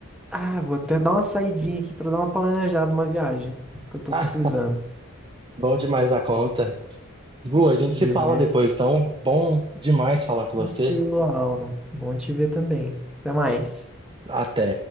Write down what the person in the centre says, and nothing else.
Ah, vou até dar uma saidinha aqui pra dar uma planejada, uma viagem que eu tô
precisando.
Beleza?
Tranquilo,
Alan. Bom te ver também. Até mais.